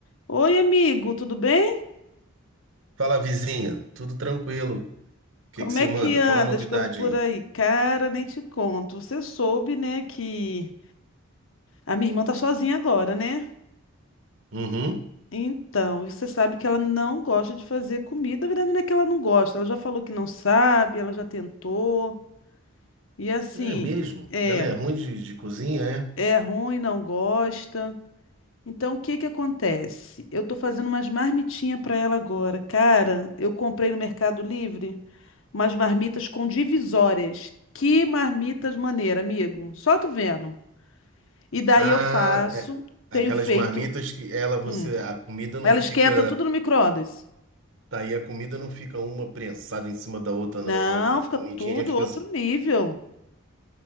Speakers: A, on the left (about 65°); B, on the right (about 60°).
A: Oi, amigo, tudo bem?
B: Fala, vizinha. Tudo tranquilo? O que
A: Como
B: que você
A: é que
B: manda?
A: anda
B: Fala a novidade
A: as coisas por
B: aí.
A: aí? Cara, nem te conto. Você soube, né, que a minha irmã tá sozinha agora, né?
B: Uhum.
A: Então, você sabe que ela não gosta de fazer comida. Na verdade, não é que ela não gosta. Ela já falou que não sabe, ela já tentou. E assim,
B: É mesmo?
A: é,
B: Ela é ruim de, de cozinha, é?
A: é ruim, não gosta. Então, o que que acontece? Eu tô fazendo umas marmitinhas pra ela agora. Cara, eu comprei no Mercado Livre. Umas marmitas com divisórias. Que marmitas maneira, amigo. Só tu vendo. E daí
B: Ah,
A: eu faço,
B: é. Aquelas
A: tenho feito.
B: marmitas que ela, você,
A: hum,
B: a comida não
A: Ela
B: fica.
A: esquenta tudo no micro-ondas.
B: Tá aí, a comida não fica uma prensada em cima da outra, não,
A: Não,
B: né? A
A: fica
B: comidinha
A: tudo
B: fica
A: outro
B: assim.
A: nível.